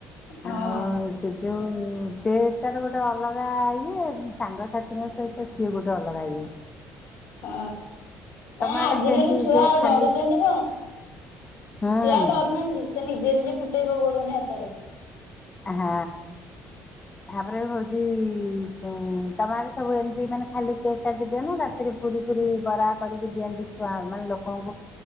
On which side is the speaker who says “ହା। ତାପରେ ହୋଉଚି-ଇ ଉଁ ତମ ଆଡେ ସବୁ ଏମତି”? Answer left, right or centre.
Left